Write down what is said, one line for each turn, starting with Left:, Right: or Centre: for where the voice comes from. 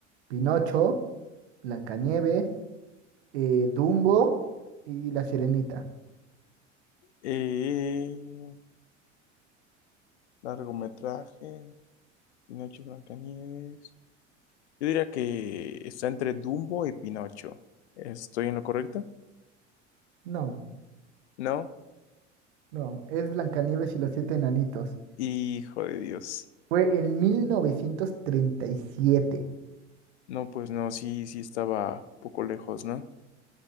Right: Pinocho, Blancanieves, eh, Dumbo y La Sirenita.
Left: Eh, largometraje, Pinocho Blancanieves. Yo diría que está entre Dumbo y Pinocho. ¿Estoy en lo correcto?
Right: No.
Left: ¿No?
Right: No, es Blancanieves y los siete enanitos.
Left: Hijo de Dios.
Right: Fue en 1937.
Left: No, pues no, sí, sí estaba un poco lejos, ¿no?